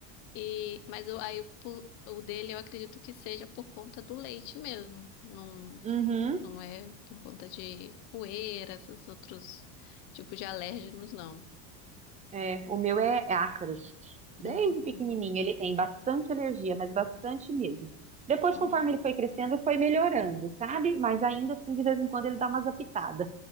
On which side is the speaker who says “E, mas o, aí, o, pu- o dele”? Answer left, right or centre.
Left